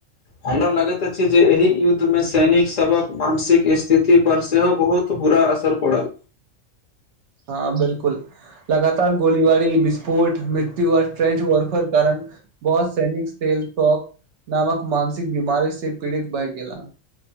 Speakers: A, on the left; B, on the right.
A: हमरा लगैत अछि जे एहि युद्धमे सैनिक सभक मानसिक स्थिति पर सेहो बहुत बुरा असर पड़ल
B: हँ बिल्कुल लगातार गोलीबारी विस्फोट मृत्यु आर ट्रेंच वॉफर कारण बहुत सैनिक सेेल नामक मानसिक बीमारी से पीड़ित भए गेला